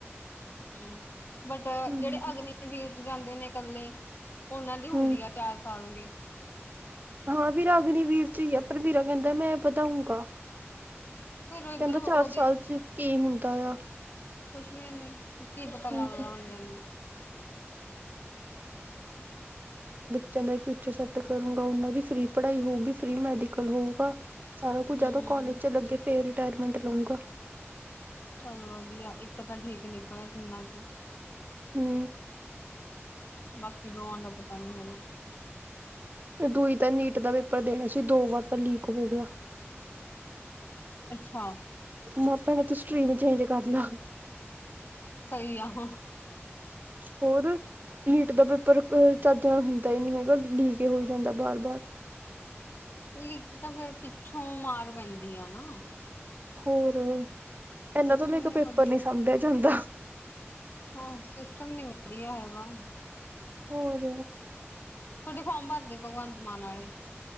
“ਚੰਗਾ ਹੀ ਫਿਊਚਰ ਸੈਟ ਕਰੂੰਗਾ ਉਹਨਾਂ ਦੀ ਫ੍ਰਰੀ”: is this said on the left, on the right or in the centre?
Right